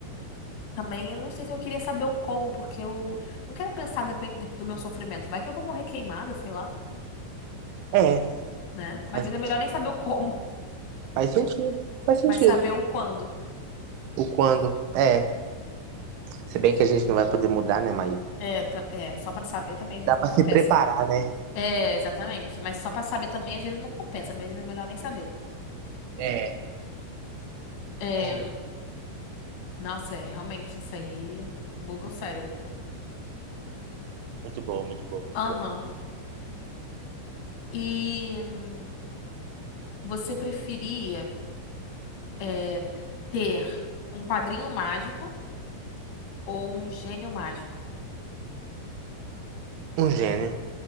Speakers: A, on the left (about 75°); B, on the right (about 80°).
A: Também eu não sei se eu queria saber o como, porque eu não quero pensar depen- do meu sofrimento. Vai que eu vou morrer queimada, sei lá,
B: É,
A: né? Mas
B: faz
A: às vezes
B: sentido.
A: é melhor nem saber o como,
B: Faz sentido.
A: <laughs>
B: Faz sentido.
A: mas saber o quando.
B: O quando. É. Se bem que a gente não vai poder mudar, né, mas
A: É, ta- é, só pra saber também às vezes
B: dá pra
A: não compensa.
B: se preparar, né?
A: É, exatamente. Mas só pra saber também às vezes não compensa, às vezes é melhor nem saber.
B: É,
A: É,
B: vamos ver.
A: nossa, é realmente essa aí buga o cérebro.
B: Muito bom, muito bom, muito
A: Aham.
B: bom.
A: E hum, você preferia é, ter um padrinho mágico ou um gênio mágico?
B: Um gênio.